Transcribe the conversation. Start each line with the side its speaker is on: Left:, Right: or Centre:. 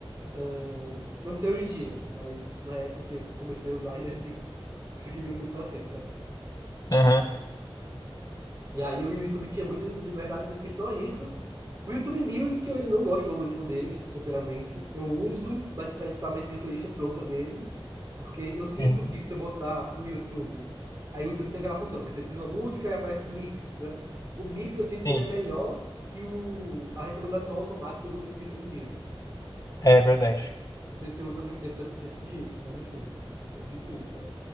Right: Ahn, eu não sei hoje em dia, mas na época que eu comecei a usar <laughs> e decidi seguir no YouTube pra sempre, sabe?
Left: aham,
Right: E aí o YouTube tinha muita liberdade em questão a isso. O YouTube Music, eu ele não gosto do algoritmo deles, sinceramente. Eu uso, mas para escutar mais minha playlist pronta mesmo. Porque eu sinto
Left: sim,
Right: que se eu botar no YouTube, aí o YouTube tem aquela função, você pesquisa uma música e aparece mix, né? O mix eu sinto
Left: sim,
Right: que ele é melhor que o, a recomendação automática do Mi- YouTube Music.
Left: é verdade.
Right: Não sei se, não sei se você usa muito tempo pra já sentir isso, mas enfim, eu sinto isso,